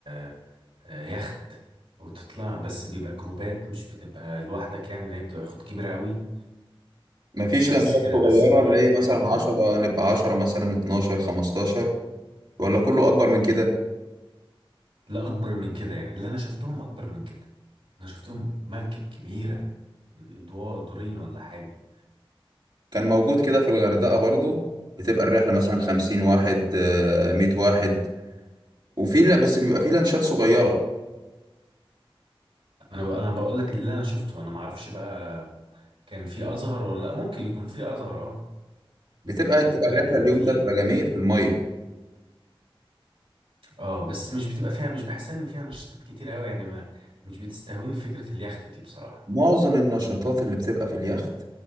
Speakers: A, on the right; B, on the right.
A: آه، آه، يخت وتطلع بس بيبقى جروبات مش بتبقى لوحدك يعني اللي هي بتبقى خد كبيرة قوي
B: مفيش
A: بس
B: لانشات
A: كده
B: صغيرة
A: بس المية
B: اللي هي
A: بتاعتها
B: مثلا عشرة نبقى عشرة مثلا اتناشر خمستاشر ولا كله أكبر من كده
A: لا اكبر من كده يعني اللي انا شفتهم اكبر من كده انا شفتهم مركب كبيرة اضواء دورين ولا حاجة
B: كان موجود كده في الغردقة برضو بتبقى الرحلة مثلا خمسين واحد آه، مية واحد وفي لا بس بيبقى في لانشات صغيرة
A: انا بق- انا بقول لك اللي انا شفته انا ما اعرفش بقى كان في اصغر ولا لا ممكن يكون في اصغر اه
B: بتبقى
A: يعني
B: بتبقى
A: ممكن
B: الرحلة
A: يكون
B: اليوم
A: في
B: ده بيبقى جميل في المية
A: اه بس مش بتبقى فيها مش بحسها ان فيها نشاطات كتير قوي يعني ما مش بتستهويني فكرة اليخت دي بصراحة
B: معظم النشاطات اللي بتبقى في اليخت